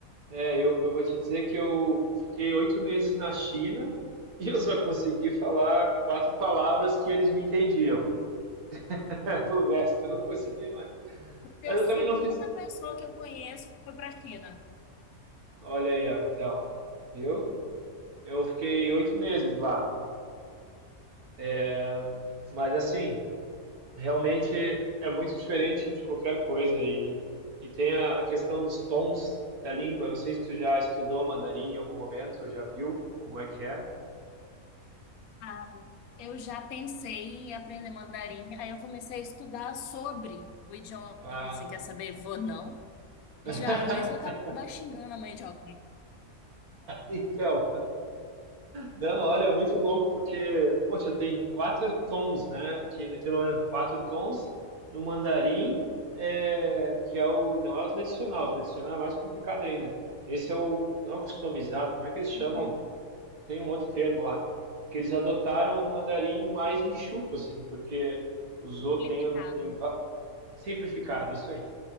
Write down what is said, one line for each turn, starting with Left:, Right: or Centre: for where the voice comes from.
Right: É, eu, eu vou te dizer que eu fiquei oito meses na China <laughs> e eu só consegui falar quatro palavras que eles me entendiam. <laughs> O resto eu não conseguia mais.
Left: Porque
Right: Mas
Left: a
Right: eu
Left: segunda
Right: também não fiz.
Left: pessoa que eu conheço foi para a China.
Right: Olha aí, ó, então. Viu? Eu fiquei oito meses lá. É, Mas assim, realmente é muito diferente de qualquer coisa. E, e tem a a questão dos tons da língua. Não sei se tu já estudou mandarim em algum momento, ou já viu como é que é.
Left: Ah, eu já pensei em aprender mandarim. Aí eu comecei a estudar sobre o idioma.
Right: Ah,
Left: Você quer saber, vou não? De
Right: <laughs>
Left: arroz, vou acabar xingando a mãe de alguém.
Right: então. Não, olha, é muito louco, porque, poxa, tem quatro tons, né? Que, pelo menos quatro tons no mandarim, é, que é o, não é o tradicional, o tradicional é mais complicado ainda. Esse é o, não é o customizado, como é que eles chamam?
Left: Uhum.
Right: Tem um outro termo lá, porque eles adotaram um mandarim mais enxuto, assim, porque usou,
Left: Simplificado.
Right: tem, tem va- simplificado, isso aí.